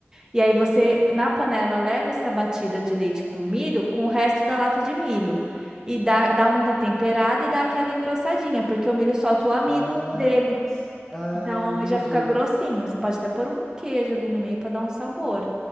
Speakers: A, on the right (about 15°); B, in the centre.
A: e aí você, na panela, leva essa batida de leite com milho com o resto da lata de milho. E dá, dá uma temperada e dá aquela engrossadinha, porque o milho solta o amido
B: Ah,
A: dele.
B: s- ah,
A: Então
B: entendi.
A: já fica grossinho. Você pode até pôr um queijo ali no meio para dar um sabor.